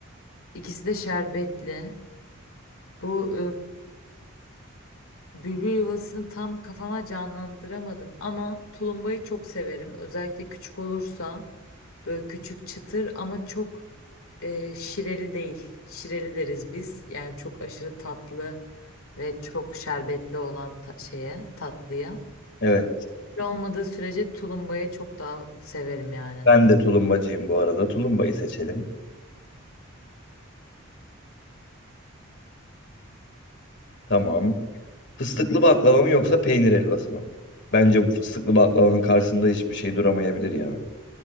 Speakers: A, on the left; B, on the left.
A: ikisi de şerbetli. Bu Bülbül yuvasını tam kafama canlandıramadım ama tulumbayı çok severim. Özellikle küçük olursa böyle küçük çıtır ama çok e, şireli değil. Şireli deriz biz. Yani çok aşırı tatlı ve çok şerbetli olan ta- şeye tatlıya.
B: Evet,
A: Şöyle Olmadığı sürece tulumbayı çok daha severim yani.
B: ben de tulumbacıyım bu arada. Tulumbayı seçelim. Tamam. Fıstıklı baklava mı yoksa peynir helvası mı? Bence bu fıstıklı baklavanın karşısında hiçbir şey duramayabilir ya.